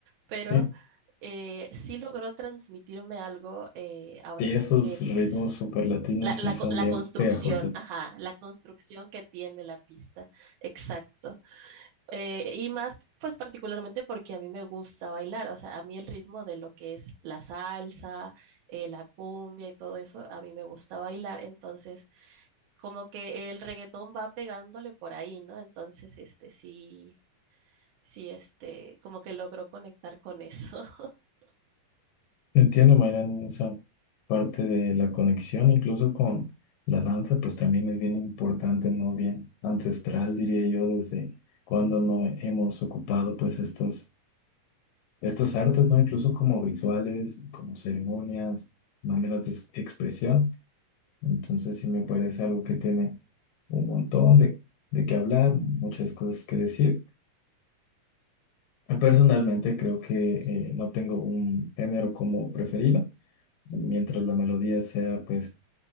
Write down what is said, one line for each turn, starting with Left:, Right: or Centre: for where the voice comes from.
Right: Pero
Left: Sí,
Right: eh, sí logró transmitirme algo, eh, ahora
Left: sí,
Right: sí
Left: esos
Right: que
Left: ritmos
Right: pues
Left: super latinos
Right: la, la
Left: sí son
Right: co- la
Left: bien
Right: construcción,
Left: pegajosos.
Right: ajá, la construcción que tiene la pista, exacto. Eh, y más, pues particularmente porque a mí me gusta bailar, o sea, a mí el ritmo de lo que es la salsa, eh, la cumbia y todo eso, a mí me gusta bailar, entonces como que el reggaetón va pegándole por ahí, ¿no? Entonces, este, sí, sí, este, como que logró conectar con eso. <laughs>
Left: Entiendo, Mayran, esa parte de la conexión, incluso con la danza, pues también es bien importante, ¿no? Bien ancestral, diría yo, desde cuando no hemos ocupado, pues, estos, estos artes, ¿no? Incluso como rituales, como ceremonias, maneras de ex- expresión. Entonces, sí me parece algo que tiene un montón de, de qué hablar, muchas cosas que decir. Personalmente creo que eh, no tengo un género como preferido. Mientras la melodía sea pues